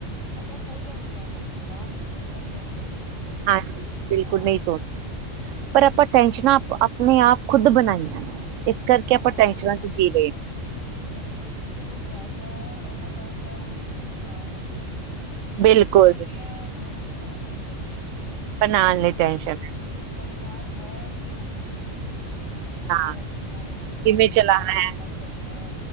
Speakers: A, on the left; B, on the right.
A: ਆਪਾਂ ਸੋ ਜਾਂਦੇ ਹਾਂ ਪਰ ਦਿਮਾਗ ਚੱਲਦਾ ਹੀ ਰਹਿੰਦਾ ਉਹ ਸੌਦਾ ਹੀ ਨਹੀਂ
B: ਹਾਂਜੀ ਬਿਲਕੁਲ
A: ਆਰਾਮ
B: ਨਹੀਂ
A: ਹੀ
B: ਸੋਚ
A: ਆਉਂਦਾ
B: ਪਰ ਆਪਾਂ ਟੈਸ਼ਨਾਂ ਆਪਣੇ ਆਪ ਖੁੱਦ ਬਣਾਈਆਂ ਨੇ ਇਸ ਕਰਕੇ
A: ਹਾਂ
B: ਆਪਾਂ ਟੈਨਸ਼ਨਾਂ
A: ਉਹ ਤਾਂ
B: ਚ
A: ਹੈ
B: ਜੀ
A: ਹੀ
B: ਰਹੇ ਹਾਂ।
A: ਹੈ ਉਹ ਤਾਂ ਹੈ ਹੀ ਜਿਹਦੇ ਕੋਲ ਪੈਸਾ ਹੈ ਇੰਨਾ ਪੈਸਾ ਹੈ ਉਹਨੂੰ ਤਾਂ ਟੈਸ਼ਨ ਹੈ ਜਿਹਦੇ
B: ਬਿਲਕੁਲ
A: ਕੋਲ ਨਹੀਂ ਹੈ ਉਹਨੂੰ ਬਣਾਉਣ ਲਈ ਟੈਨਸ਼ਨ ਹੈ
B: ਬਣਾਉਣ ਲਈ
A: ਮਤਲਬ
B: ਟੈਨਸ਼ਨ ਹੈ,
A: ਪਰਿਵਾਰ ਹੈ ਤੇ ਉਹਦੀ ਟੈਨਸ਼ਨ ਹੈ ਕੀ ਉਹ ਪਰਿਵਾਰ
B: ਹਾਂ
A: ਹੈ ਮੇਰੇ ਨਾਲ ਉਹਦੇ ਨਾਲ
B: ਕਿਵੇਂ
A: ਲੜਾਈ
B: ਚਲਾਣਾ
A: ਹੈ ਤੇ ਉਹਦੇ ਨਾਲ ਝਗੜਾ ਹੈ